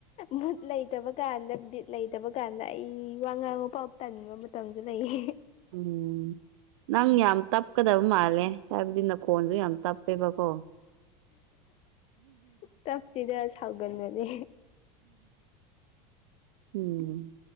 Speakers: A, on the left (about 40°); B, on the right (about 75°).
A: ꯃꯨꯠ ꯂꯩꯇꯕ ꯀꯥꯟꯗ ꯕꯤꯠ ꯂꯩꯇꯕ ꯀꯥꯟꯗ ꯑꯩ ꯋꯥ ꯉꯥꯡꯕ ꯐꯧꯕꯥ ꯇꯥꯟꯕ ꯃꯇꯝꯁꯨ ꯂꯩꯌꯦ
B: ꯎꯝ ꯅꯪ ꯌꯥꯝ ꯇꯞꯀꯗꯕ ꯃꯥꯜꯂꯦ ꯍꯥꯏꯕꯗꯤ ꯅꯈꯣꯟꯁꯨ ꯌꯥꯝ ꯇꯞꯄꯦꯕꯀꯣ
A: ꯇꯞꯇꯤꯗ ꯁꯥꯎꯒꯟꯕꯅꯦ
B: ꯎꯝ